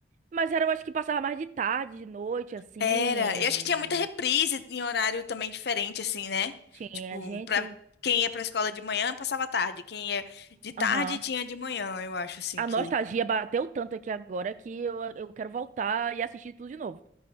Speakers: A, on the right (about 45°); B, on the left (about 60°).
A: Mas era, eu acho que passava mais de tarde, de noite, assim.
B: Era. Eu acho que tinha muita reprise em horário também diferente, assim, né?
A: Tinha
B: Tipo,
A: gente.
B: pra quem ia pra escola de manhã, passava a tarde. Quem ia de tarde,
A: Aham.
B: tinha de manhã, eu acho, assim,
A: A
B: que...
A: nostalgia bateu tanto aqui agora que eu, eu quero voltar e assistir tudo de novo.